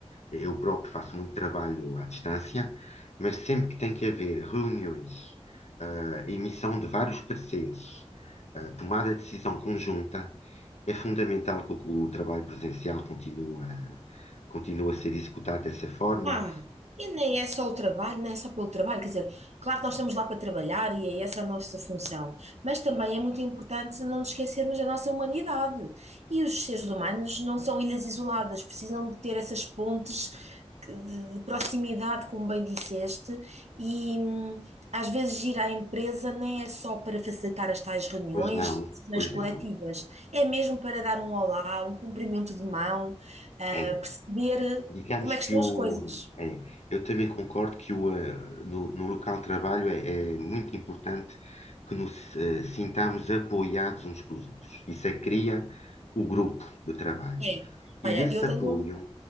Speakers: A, on the left; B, on the right.
A: Eu próprio faço muito trabalho à distância, mas sempre que tem que haver reuniões, ah, emissão de vários pareceres, ah, tomada de decisão conjunta, é fundamental que o, o trabalho presencial continue, continue a ser executado dessa forma.
B: Ah, e nem é só o trabalho, nem é só pelo trabalho, quer dizer, claro que nós estamos lá para trabalhar e é essa a nossa função, mas também é muito importante não nos esquecermos da nossa humanidade. E os seres humanos não são ilhas isoladas, precisam de ter essas pontes que- de de proximidade, como bem disseste, e hum, às vezes ir à empresa nem é só para facilitar as tais reuniões,
A: Pois não,
B: decisões
A: pois
B: coletivas,
A: não.
B: é mesmo para dar um olá, um cumprimento de mão, ah,
A: É.
B: perceber.
A: Digamos
B: Como é que
A: que
B: estão
A: o.
B: as coisas?
A: é, eu também concordo que o, eh, no, no local de trabalho é, é muito importante que nos eh, sintamos apoiados uns com os outros. Isso é que cria o grupo de trabalho.
B: É.
A: E
B: Olha,
A: esse
B: eu tenho.
A: apoio,
B: um,